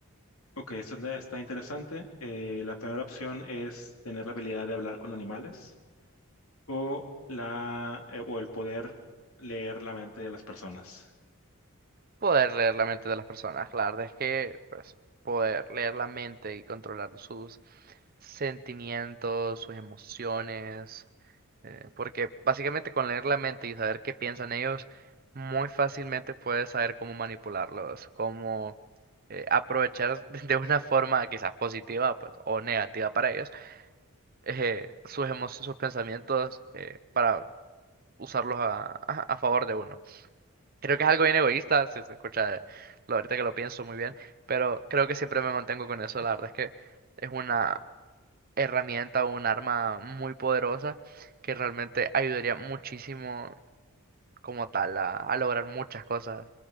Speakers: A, on the left; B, on the right.
A: ok, esta está está interesante. Eh, la primera opción es tener la habilidad de hablar con animales. o la eh, o el poder leer la mente de las personas.
B: Poder leer la mente de las personas. La verdad es que, pues, poder leer la mente y controlar sus sentimientos, sus emociones, eh, porque básicamente con leer la mente y saber qué piensan ellos, muy fácilmente puedes saber cómo manipularlos, cómo eh, aprovechar <laughs> de una forma quizás positiva, pues, o negativa para ellos, eh, sus emo- sus pensamientos eh, para usarlos a, a- a favor de uno. Creo que es algo bien egoísta, si se escucha, eh, lo- ahorita que lo pienso muy bien, pero creo que siempre me mantengo con eso, la verdad es que es una herramienta o un arma muy poderosa que realmente ayudaría muchísimo como tal a, a lograr muchas cosas